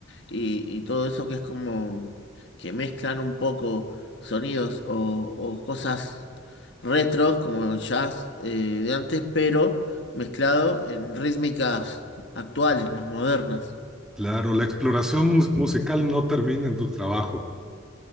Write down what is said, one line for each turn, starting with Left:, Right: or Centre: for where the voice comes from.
Left: y, y todo eso que es como que mezclan un poco sonidos o, o cosas retros como el jazz eh, de antes, pero mezclado en rítmicas actuales, más modernas.
Centre: Claro, la exploración mus- musical no termina en tu trabajo.